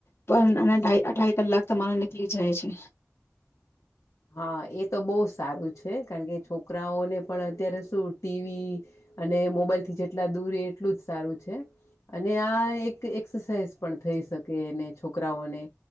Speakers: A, on the left; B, on the left.
A: પણઢ અઢાઈ કલાક તમારા નીકળી જાય છે.
B: હા એ તો બહુ સારું છે કારણ કે છોકરાઓને પણ અત્યારે શું ટીવી અને મોબાઈલથી જેટલા દૂર એટલું જ સારું છે અને આ એક એક્સરસાાઈઝ પણ થઈ શકે એને છોકરાઓને